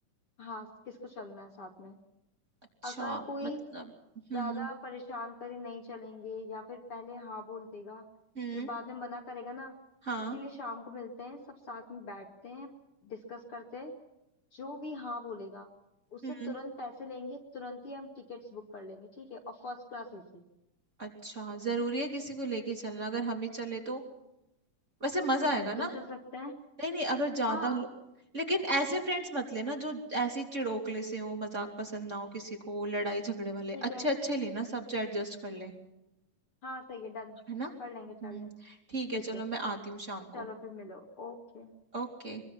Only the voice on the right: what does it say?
अच्छा
मतलब हम्म
हम्म
हम्म
हाँ
हम्म
अच्छा जरूरी है किसी को लेके चलना अगर हम ही चले तो वैसे मजा
आएगा
ना
नहीं नहीं अगर ज्यादा
लो- लेकिन ऐसे फ्रेंड्स मत लेना जो ऐसे ही चिड़ोकले से हो मजाक पसंद ना हो किसी को लड़ाई झगड़े वाले
अच्छे
अच्छे लेना सब जो एडजस्ट कर ले
है ना
हम्म
ठीक
है चलो
मैं आती हूँ शाम
को
ओके